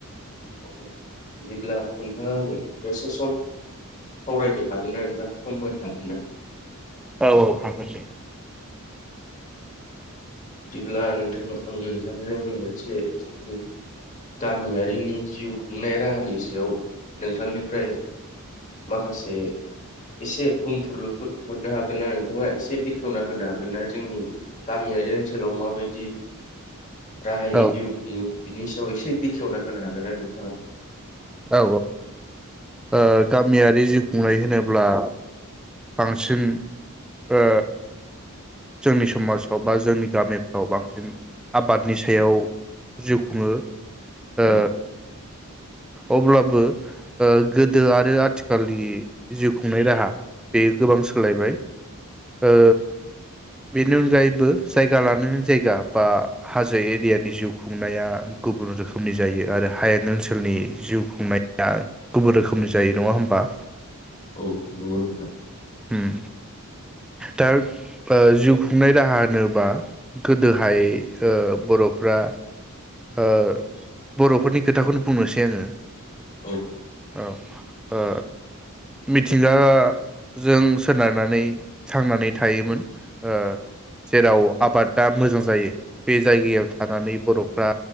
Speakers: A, on the left; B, in the centre.
A: आ बिदिब्ला नोंथांङा आंजों दसे सम सावरायनो हागोन ना नोंथांङा सम होनो हागोन ना?
B: औ औ हागोन दे।
A: बिदिब्ला नोंथांङा आं नोंथांजों मोनसे जोंनि गामियारिनि जिउ खुंनाय राहानि सायाव नोंथांनिफ्राय माखासे एसे बुंफोरलुफोर मोननो हागोन ना नोंथाङा एसे बेखेवना होनो हागोन ना जोंनि गामियारि ओनसोलाव माबायदि राहायै
B: औ
A: जिउ खुङो बिनि सायाव एसे बेखेवना होनो हागोन ना नोंथांङा?
B: औ औ गामियारि जि बुंनाय होनोब्ला बांसिन ओ जोंनि समाजाव बा जोंनि गामिफ्राव बांसिन आबादनि सायाव जिउ खुङो। ओ
A: औ
B: अब्लाबो ओ गोदो आरो आथिखालनि जिउ खुंनाय राहा बे गोबां सोलायबाय ओ बेनि अनगायैबो जायगा लानानै जायगा बा हाजो एरियानि जिउ खुंनाया गुबुन रोखोमनि जायो आरो हायेन ओनसोलनि जिउ खुंनाया गुबुन रोखोमनि जायो नङा होमबा?
A: औ नंगौ नोंथां।
B: उम्म दा ओ जिउ खुंनाय राहा होनोबा गोदोहाय ओ बर'फ्रा ओ बर'फोरनि खोथाखौनो बुंनोसै आंङो।
A: औ
B: औ ओ मिथिंगा जों सोनारनानै थांनानै थायोमोन ओ जेराव आबादा मोजां जायो बे जायगायाव थानानै बर'फ्रा